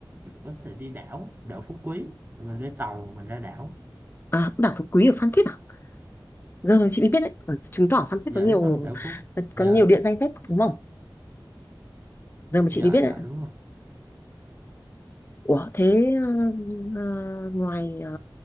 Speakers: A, on the right; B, on the left.
A: có thể đi đảo đảo Phú Quý mình lên tàu mình ra đảo
B: à đảo Phú Quý ở Phan Thiết à giờ chị mới biết đấy Ờ, chứng tỏ Phan Thiết
A: dạ
B: có nhiều
A: đúng rồi đảo Phú
B: có
A: dạ
B: nhiều địa danh phết đúng không giờ mà
A: dạ
B: chị mới biết đấy
A: dạ đúng rồi
B: Ủa thế ờ, ờ, ngoài ờ,